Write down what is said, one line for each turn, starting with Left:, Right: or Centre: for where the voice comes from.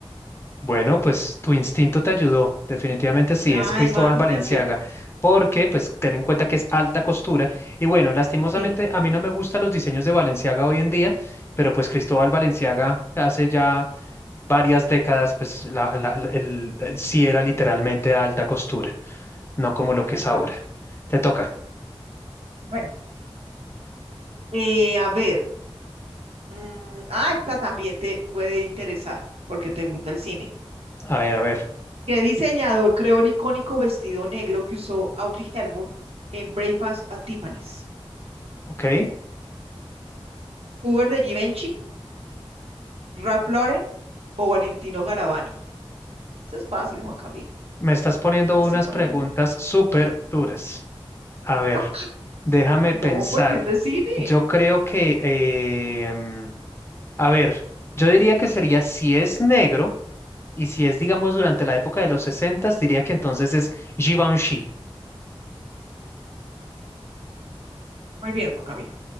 Left: Bueno, pues tu instinto te ayudó, definitivamente sí,
Right: Ah,
Left: es Cristóbal
Right: imagínate.
Left: Balenciaga, porque pues ten en cuenta que es alta costura y bueno, lastimosamente
Right: Sí,
Left: a mí no me gustan los diseños de Balenciaga hoy en día, pero pues Cristóbal Balenciaga hace ya varias décadas pues la, la- la- el- eh, sí era literalmente alta costura, no como lo que
Right: tal
Left: es
Right: cual.
Left: ahora. Te toca,
Right: Bueno, eh, a ver. mm, ah, esta también te puede interesar porque te gusta el cine.
Left: a ver, a ver,
Right: ¿Qué diseñador creó el icónico vestido negro que usó Audrey Hepburn en Breakfast at Tiffany's?
Left: ok,
Right: ¿Hubert de Givenchy, Ralph Lauren o Valentino Garavani? Eso es fácil, Juan Camilo.
Left: me estás poniendo
Right: Te la estoy
Left: unas
Right: poniendo.
Left: preguntas súper duras. A ver.
Right: <laughs>
Left: Déjame
Right: No,
Left: pensar.
Right: porque es de cine.
Left: Yo creo que, eh, mm, a ver, yo diría que sería si es negro y si es, digamos, durante la época de los 60, diría que entonces es Givenchy.
Right: Muy bien, Juan Camilo.